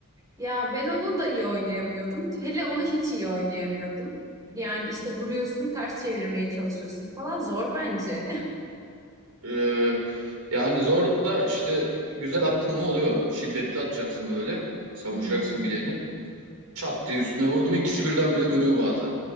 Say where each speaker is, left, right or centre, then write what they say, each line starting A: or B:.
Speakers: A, on the right; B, on the right.
A: Ya ben onun da iyi oynayamıyordum. Hele onu hiç iyi oynayamıyordum. Yani işte vuruyorsun, ters çevirmeye çalışıyorsun falan zor bence. <laughs>
B: Ee, yani zor da işte güzel attın mı oluyor. Şiddetli atacaksın böyle. Savuracaksın
A: Hmm.
B: bileğini. Çat diye üstüne vurdu mu ikisi birden bile dönüyor bazen.